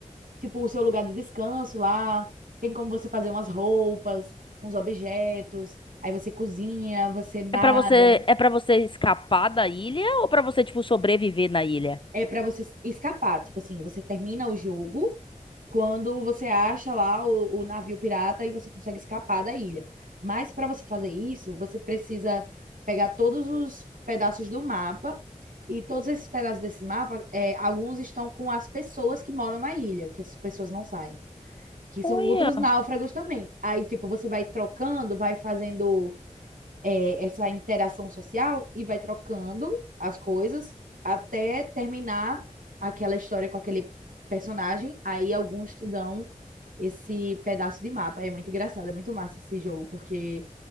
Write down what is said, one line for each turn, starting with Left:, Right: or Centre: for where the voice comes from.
Right: tipo o seu lugar de descanso lá. Tem como você fazer umas roupas, uns objetos. Aí você cozinha, você nada.
Left: É pra você, é para você escapar da ilha ou pra você, tipo, sobreviver na ilha?
Right: é para você escapar. Tipo assim, você termina o jogo quando você acha lá o, o navio pirata e você consegue escapar da ilha. Mas para você fazer isso, você precisa pegar todos os pedaços do mapa. E todos esses pedaços desse mapa, é, alguns estão com as pessoas que moram na ilha, que essas pessoas não saem, que são
Left: Olha,
Right: outros náufragos também. Aí, tipo, você vai trocando, vai fazendo é, essa interação social e vai trocando as coisas até terminar aquela história com aquele personagem. Aí alguns te dão esse pedaço de mapa. É muito engraçado, é muito massa esse jogo, porque